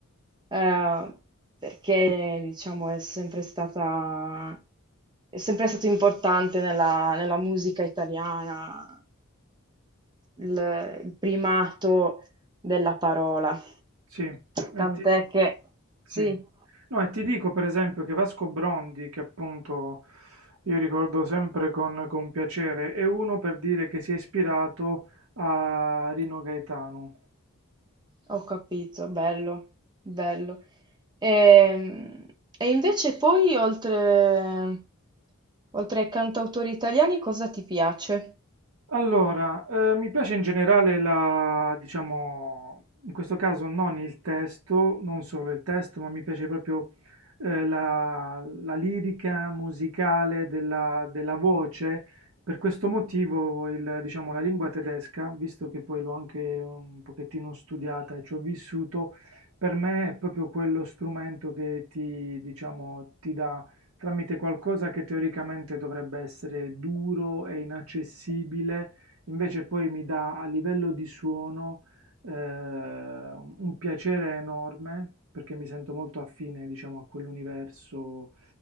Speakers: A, on the right (about 20°); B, on the right (about 70°).
A: eh, perché diciamo è sempre stata, è sempre stato importante nella, nella musica italiana il il primato della parola.
B: Sì, e
A: Tant'è
B: ti,
A: che
B: sì.
A: sì,
B: No, e ti dico per esempio che Vasco Brondi, che appunto io ricordo sempre con, con piacere, è uno per dire che si è ispirato a Rino Gaetano.
A: ho capito, bello, bello. Ehm, E, invece poi, oltre, oltre ai cantautori italiani, cosa ti piace?
B: Allora, eh, mi piace in generale la, diciamo, in questo caso non il testo, non solo il testo, ma mi piace proprio eh, la, la lirica musicale della, della voce. Per questo motivo, il, diciamo, la lingua tedesca, visto che poi l'ho anche un pochettino studiata e ci ho vissuto, per me è proprio quello strumento che ti, diciamo, ti dà tramite qualcosa che teoricamente dovrebbe essere duro e inaccessibile, invece poi mi dà a livello di suono eh, un piacere enorme perché mi sento molto affine, diciamo, a quell'universo